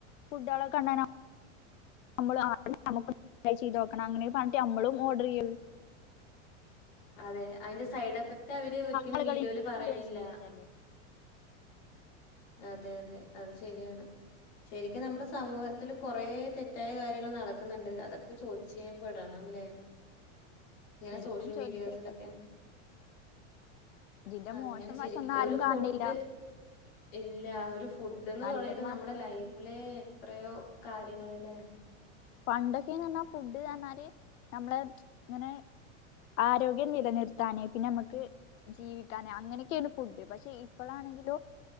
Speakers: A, on the left (about 85°); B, on the left (about 50°).
A: ഫുഡോളൊക്കെ കണ്ടാന നമ്മള് ആ അതുപിന്നെ നമ്മക്കൊന്ന് ട്രൈ ചെയ്ത് നോക്കണം അങ്ങനേ പർഞ്ഞിട്ട് നമ്മളും ഓർഡർ യ്യോല്
B: അതെ. അയ്ന്റെ സൈഡ് എഫക്ട് അവര് ഒരിക്കലും
A: ആളുകളെയും
B: വീഡിയോയില്
A: കൂടെ
B: പറണില്ല
A: ഇൻഫ്ലുവൻസ് ചെയ്യുന്നുണ്ടല്ലോ
B: അതെ അതെ അത് ശരിയാണ് ശരിക്കും നമ്മുടെ സമൂഹത്തില്ൽ കുറെ തെറ്റായ കാര്യങ്ങൾ നടക്കുന്നുണ്ട് അതൊക്കെ ചോദ്യം ചെയ്യ പെടണം അല്ലെ ഇങ്ങനെ
A: ശരിക്കും
B: സോഷ്യൽ
A: ചോദിച്ചപ്പ
B: മീഡിയാസിലൊക്കെ
A: ഇതിന്റെ
B: അങ്ങനെ
A: മോശം
B: ശെരിക്.
A: വശൊന്നും ആരും
B: ഒരു ഫുഡ്
A: കാണില്ല
B: ഇല്ല ഒരു ഫുഡ്ന്ന്
A: നല്ലത്
B: തൊടങ്ങീട്ട് നമ്മുടെ
A: മാത്രമേ
B: ലൈഫിലേ എത്രയോ കാര്യങ്ങള് ലേ
A: പണ്ടൊക്കെന്ന്ർഞ്ഞാ ഫുഡ്ന്നർഞ്ഞാല് നമ്മളെ ഇങ്ങനെ ആരോഗ്യം നിലനിർത്താനേ പിന്നെ അമ്മക്ക് ജീവിക്കാന് അങ്ങനൊക്കേണ് ഫുഡ്. പക്ഷെ ഇപ്പളാണെങ്കിലും